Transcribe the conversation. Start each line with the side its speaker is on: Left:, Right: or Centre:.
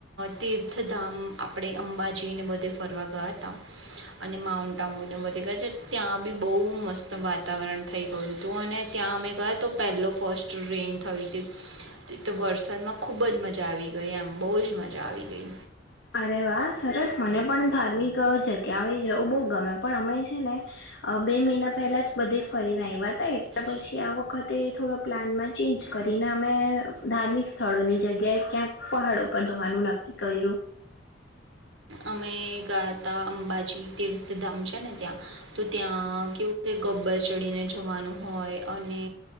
Right: તીર્થધામ આપણે અંબાજીને બધે ફરવા ગયા હતા. અને માઉન્ટ આંબોદમ વધતી ગયા છે ત્યાં બી બહુ મસ્ત વાતાવરણ થઈ ગયું હતું, અને ત્યાં અમે ગયા તો પહેલો ફર્સ્ટ ટ્રેન થઈ હતી તે તો વરસાદમાં ખૂબ જ મજા આવી ગઈ એમ બહુ જ મજા. આવી ગઈ.
Left: અરે વાહ સરસ મને પણ ધાર્મિક જગ્યાઓ એ જવું બહુ ગમે પણ અમે છે ને બે મહિના પહેલા જ બધે ફરીને આવ્યા ત એટલે
Right: હમ
Left: પછી આ વખતે થોડો પ્લાનમાં ચેન્જ કરીને અમે ધાર્મિક સ્થળોની જગ્યાએ ક્યાંક પહાડ ઉપર જવાનું નક્કી કર્યું.
Right: અમે ગયા હતા અંબાજી તીર્થધામ છે ને ત્યાં તો ત્યાં કેવું કે ગબ્બર ચડીને જવાનું હોય અને